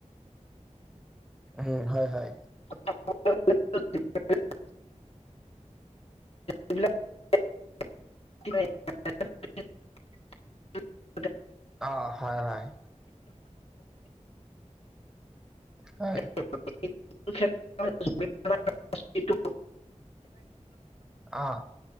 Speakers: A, in the centre; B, on the left.
A: উ হয় হয়
B: <unintelligible> যি বিলাক <unintelligible>
A: অ হয় হয়
B: <unintelligible>
A: হয়
B: জুবিন ক্ষেত্ৰ
A: আহ